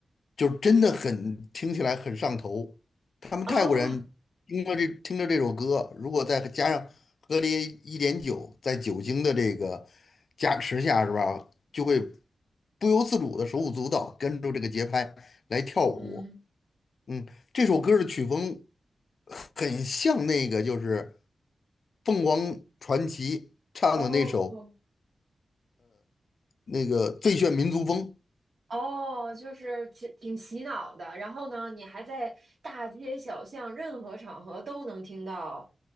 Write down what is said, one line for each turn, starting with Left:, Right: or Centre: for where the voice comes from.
Left: 就真的很听起来很上头。他们泰国人听着这听着这首歌，
Right: 哦，
Left: 如果再加上喝了一点酒，在酒精的这个加持下，是吧，就会不由自主的手舞足蹈，跟着这个节拍来跳舞。
Right: 嗯
Left: 嗯，这首歌的曲风很像那个就是凤凰传奇唱的那首
Right: 哦。
Left: 那个《最炫民族风》。
Right: 哦，就是挺挺洗脑的，然后呢，你还在大街小巷、任何场合都能听到，